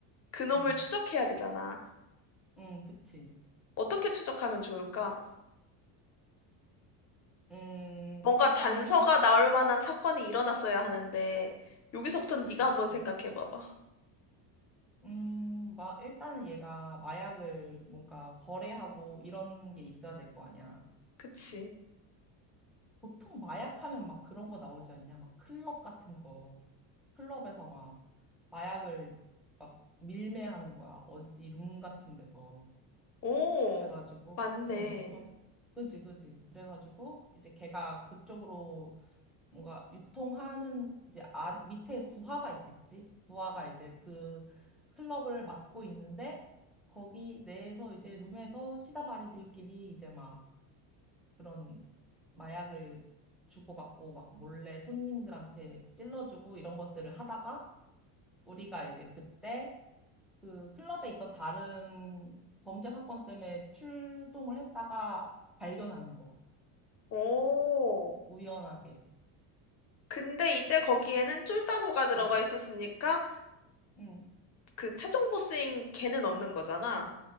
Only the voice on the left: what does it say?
그놈을
추적해야 되잖아.
어떻게 추적하면 좋을까?
뭔가
단서가 나올 만한 사건이 일어났어야 하는데 여기서부터 네가
한번 생각해 봐봐.
그치?
오,
맞네.
오.
근데 이제 거기에는 쫄따구가 들어가
있었으니까
그 최종 보스인 걔는 없는 거잖아.